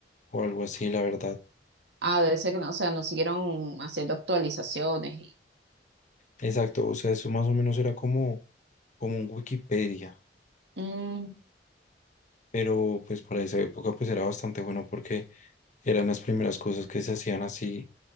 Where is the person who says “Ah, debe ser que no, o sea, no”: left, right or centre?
Right